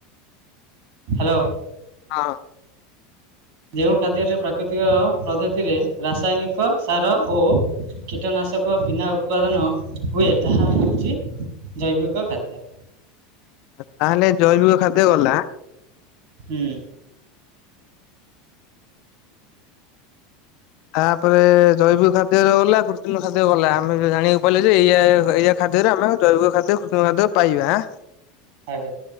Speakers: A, on the right; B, on the left.
A: ହ୍ୟାଲୋ।
B: ହଁ।
A: ଯେଉଁ ଖାଦ୍ୟରେ ପ୍ରାକୃତିକ ପଦ୍ଧତିରେ ରାସାୟନିକ ସାର ଓ କୀଟନା ନାଶକ ବିନା ଉତ୍ପାଦନ ହୁଏ ତାହା ହେଉଛି ଜୈବିକ ଖାଦ୍ୟ।
B: ତାହେଲେ ଜୈବିକ ଖାଦ୍ୟ ଗଲା।
A: ହୁଁ।
B: ତାପରେ ଜୈବିକ ଖାଦ୍ୟରେ ଗଲା କୃତ୍ରିମ ଖାଦ୍ୟ ଗଲା ଆମେ ଜାଣିବାକୁ ପାଇଲେ ଏୟା ଏୟା ଖା - ଖାଦ୍ୟରେ ଆମେ ଜୈବିକ ଖାଦ୍ୟ କୃତ୍ରିମ ଖାଦ୍ୟ ପାଇବା ଆଁ।
A: ଆଜ୍ଞା।